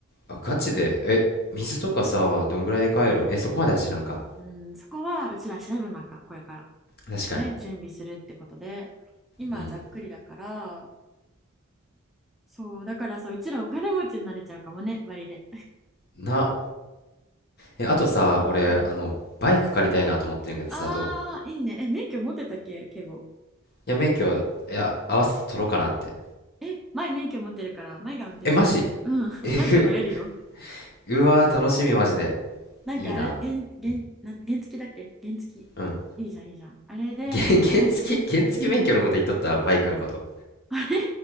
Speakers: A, on the left; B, in the centre.
A: あガチで、え、水とかさ、どんぐらいで帰るんえ、そこまでは知らんか。
B: うんそこはうちら調べなあかんこれからまたね準備するってことで今はざっくりだから
A: 確かに。うん。
B: そうだからさうちらお金持ちになれちゃうかもね割で、
A: な、え、あとさ、俺、
B: うん
A: あの、バイク借りたいなと思ってんけどさ、
B: あーいいねえ免許持ってたっけ敬語
A: どうや、免許、いや、合わせて取ろうかなって。
B: え前免許持ってるから前が運転してあげるうん
A: え、マジえぐ、
B: <laughs> バイク乗れるよ
A: <laughs> うわー、楽しみ、マジで。
B: なんかあれ、
A: いいな。
B: 原、原、な原付だっけ原付。
A: うん。
B: いいじゃん、いいじゃん。あれで、
A: げ、原付、原付免許のこと言っとった、バイクのこと。
B: あれ